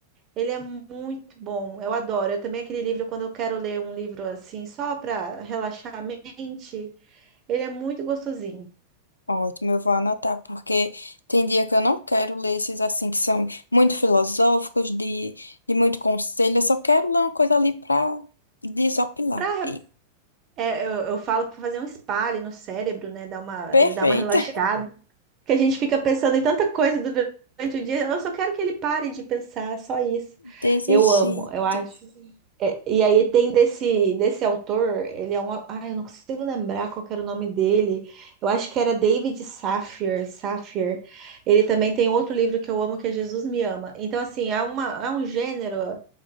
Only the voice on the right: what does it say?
Ele é muito bom, eu adoro. É também aquele livro, quando eu quero ler um livro assim, só para relaxar a mente, ele é muito gostosinho.
Pra, re-
é, eu, eu falo para fazer um spa ali no cérebro, né? Dá uma,
ele dá uma relaxada. Que a gente fica pensando em tanta coisa durante o dia. Eu só quero que ele pare de pensar, só isso.
Eu
amo, eu acho. É, e aí tem desse, desse autor, ele é um. Ai, eu não consigo lembrar qual que era o nome dele. Eu acho que era David Safir, Safir. Ele também tem outro livro que eu amo, que é Jesus Me Ama. Então, assim, há uma, há um gênero.